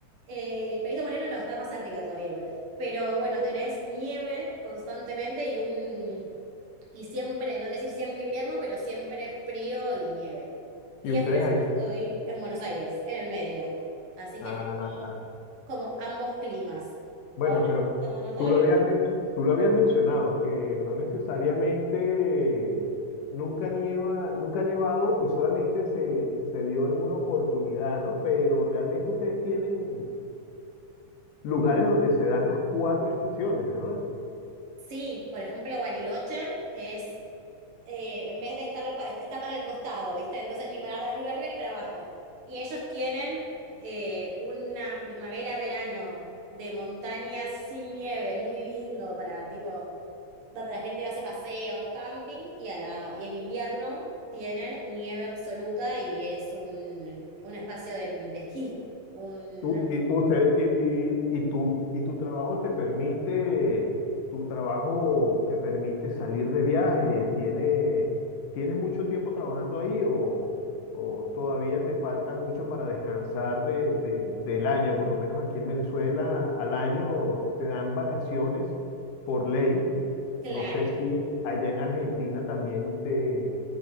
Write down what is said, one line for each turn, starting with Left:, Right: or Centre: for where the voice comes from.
Right: Eh, Perito Moreno no, está más arriba todavía igual. Pero bueno, tenés nieve constantemente y un... Y siempre, no te decir siempre invierno, pero siempre frío y nieve. Y
Left: ¿Y ustedes
Right: después yo estoy en Buenos Aires, en el medio. Así
Left: ahí?
Right: que como ambos climas.
Left: Bueno,
Right: Ahora
Left: pero
Right: estamos en otoño.
Left: tú lo habías, men- tú lo habías mencionado, que no necesariamente nunca nieva, nunca ha nevado y solamente se, se dio en una oportunidad, ¿no? Pero realmente ustedes tienen lugares donde se dan las cuatro estaciones, ¿verdad?
Right: Sí, por ejemplo, Bariloche, que es, eh, en vez de estar, pa- está para el costado, ¿viste? Entonces ni para arriba, ni para arriba, ni para abajo. Y ellos tienen eh, una primavera-verano de montañas sin nieve, muy lindo para, tipo, donde la gente hace paseos, camping, y, a la, y en invierno tienen nieve absoluta y es un, un espacio de, de esquí. Un,
Left: Tú- y, usted, y, y, y tu, y tu trabajo te permite, tu trabajo te permite salir de viaje, ¿tiene, tienes mucho tiempo trabajando ahí o, o todavía te falta mucho para descansar de, de- del año? Por lo menos aquí en Venezuela al año te dan vacaciones por ley.
Right: claro.
Left: No sé si allá en Argentina también te,